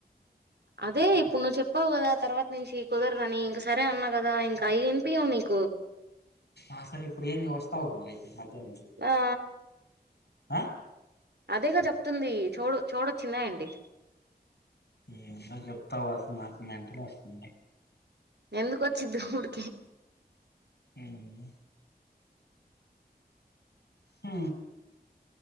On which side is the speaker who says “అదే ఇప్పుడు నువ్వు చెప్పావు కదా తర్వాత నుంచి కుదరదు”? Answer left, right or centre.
Right